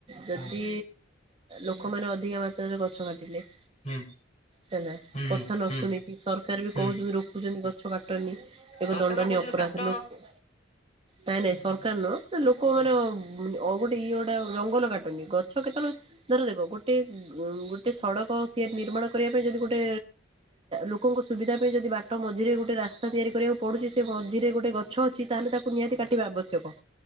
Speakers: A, on the right (about 30°); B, on the left (about 40°).
A: ଜେମତି
B: ହୁଁ
A: ଲୋକମାନେ ଅଧିକ ମାତ୍ରାରେ ଗଛ କାଟିଲେ।
B: ହୁଁ।
A: ହେଲା
B: ହୁଁ
A: କଥା ନ
B: ହୁଁ
A: ଶୁଣିକି ସରକାର ବି
B: ହୁଁ।
A: କହୁଛନ୍ତି ରୋକୁଛନ୍ତି ଗଛ କାଟନି। ଏକ
B: ସରକାର
A: ଦଣ୍ଡନୀୟ
B: କହୁଛନ୍ତି
A: ଅପରାଧ
B: କାଟ
A: ଲୋକ ନାଇଁ ନାଇଁ ସରକାର ନୁହ ଲୋକମାନେ ଆଉ ଗୋଟେ ଇଏ ଗୋଟେ ଜଙ୍ଗଲ କାଟନ୍ତି ଗଛ କେତେବେଳେ ଧର ଦେଖ ଗୋଟେ ଉ ଗୋଟେ ସଡକ ତିଆରି ନିର୍ମାଣ କରିବା ପାଇଁ ଯଦି ଗୋଟେ ଲୋକଙ୍କ ସୁବିଧା ପାଇଁ ଯଦି ବାଟ ମଝିରେ ଗୋଟେ ରାସ୍ତା ତିଆରି କରିବାକୁ ପଡୁଛି ସେ ମଝିରେ ଗୋଟେ ଗଛ ଅଛି। ତାହେଲେ ତାକୁ ନିହାତି କାଟିବା ଆବଶ୍ୟକ